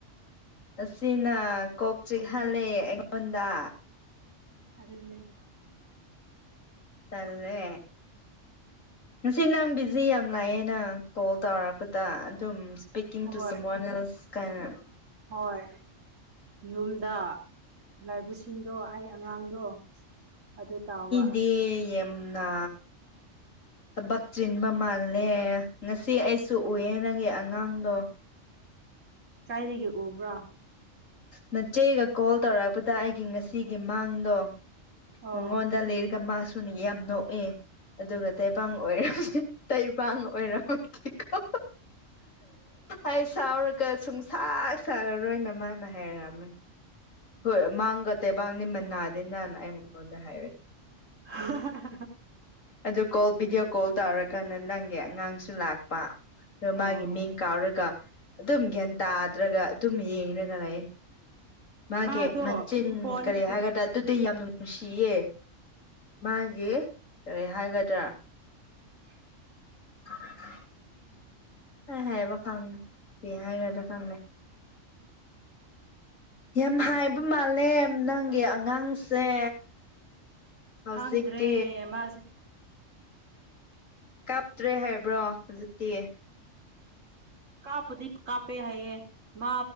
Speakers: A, on the left; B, on the right.
A: ꯑꯁꯤꯅ ꯀꯣꯛ ꯆꯤꯛꯍꯂꯦ ꯑꯩꯉꯣꯟꯗ
B: ꯑꯗꯨꯗꯅꯦꯦ
A: ꯆꯜꯦ ꯉꯁꯤ ꯅꯪ ꯕꯤꯖꯤ ꯌꯥꯝ ꯂꯥꯛꯑꯦꯅ ꯀꯣꯜ ꯇꯧꯔꯛꯄꯗ ꯑꯗꯨꯝ ꯋꯩ
B: ꯍꯣꯏ
A: ꯇꯨ ꯁ ꯃꯣꯜꯁ ꯀꯥꯏꯅ
B: ꯍꯣꯏ ꯌꯌꯨꯝꯗ ꯂꯥꯏꯕꯁꯤꯡꯗꯣ ꯑꯩ ꯑꯉꯥꯡꯗꯣ ꯑꯗꯨ ꯇꯥꯎꯕ
A: ꯗꯦ ꯌꯦꯝꯅꯥ ꯊꯕꯛ ꯆꯤꯟꯕ ꯃꯥꯜꯂꯦ ꯉꯁꯤ ꯑꯩꯁꯨ ꯎꯑꯦ ꯅꯪꯒꯤ ꯑꯉꯥꯡꯗꯣ
B: ꯀꯥꯏꯒꯦ ꯎꯕ꯭ꯔꯥ
A: ꯅꯆꯦꯒ ꯀꯣꯜ ꯇꯧꯔꯛꯄꯗ ꯑꯩꯒꯤ ꯉꯁꯤꯒꯤ ꯃꯥꯡꯗꯣ
B: ꯑꯣ
A: ꯃꯉꯣꯟꯗ ꯂꯩꯔꯒ ꯃꯥꯁꯨꯅꯤ ꯌꯥꯝ ꯅꯣꯛꯏꯦ ꯑꯗꯨꯒ ꯇꯩꯕꯡ ꯑꯣꯏꯔꯝ ꯇꯩꯕꯡ ꯑꯣꯏꯔꯝꯃꯗꯤꯀꯣ ꯑꯩ ꯁꯥꯎꯔꯒ ꯁꯨꯡꯁꯥꯛ ꯁꯥꯒꯔꯣꯏꯅ ꯃꯥꯅ ꯍꯩꯔꯝꯃꯤ ꯍꯣꯏ ꯃꯥꯡꯒ ꯇꯩꯕꯥꯡꯅꯤ ꯃꯅꯥꯗꯦꯅꯅ ꯑꯩ ꯃꯉꯣꯟꯗ ꯍꯥꯏꯌꯒ
B: <inaudible>
A: ꯑꯗꯨ ꯀꯣꯜ ꯚꯤꯗꯤꯑꯣ ꯀꯣꯜ ꯇꯧꯔꯀꯥꯟꯗ ꯅꯪꯒꯤ ꯑꯉꯥꯡꯁꯨ ꯂꯥꯛꯄ ꯑ ꯃꯥꯒꯤ
B: ꯑꯣ
A: ꯃꯤꯡ ꯀꯥꯔꯒ ꯑꯗꯨꯝ ꯒ꯭ꯌꯥꯟ ꯇꯥꯗ꯭ꯔꯒ ꯑꯗꯨꯝ ꯌꯦꯡꯒ ꯂꯩꯌꯦ ꯃꯥꯒꯤ
B: ꯃꯥꯗꯣ
A: ꯃꯆꯤꯟ
B: ꯐꯣꯟꯗꯒꯤ
A: ꯀꯔꯤ ꯍꯥꯏꯒꯗ꯭ꯔꯥ ꯑꯗꯨꯗꯤ ꯌꯥꯝ ꯅꯨꯡꯁꯤꯌꯦ ꯃꯥꯒꯤ ꯀꯔꯤ ꯍꯥꯏꯒꯗ꯭ꯔꯥ
B: <inaudible>
A: <inaudible> ꯑ ꯍꯥꯏꯕ ꯈꯪ ꯄ ꯍꯥꯏꯔꯗ ꯈꯪꯗꯦ ꯌꯥꯝ ꯍꯥꯏꯕ ꯃꯥꯂꯦ ꯅꯪꯒꯤ ꯑꯉꯥꯡꯁꯦ ꯍꯧꯖꯤꯛꯇꯤ
B: ꯈꯥꯡꯗ꯭ꯔꯦ ꯃꯥꯁꯦ
A: ꯀꯥꯞꯇ꯭ꯔꯦ ꯍꯥꯏꯕ꯭ꯔꯣ ꯍꯧꯖꯤꯛꯇꯤ
B: ꯀꯥꯞꯄꯨꯗꯤ ꯀꯥꯞꯄꯦ ꯍꯥꯏꯌꯦꯦ ꯃꯥ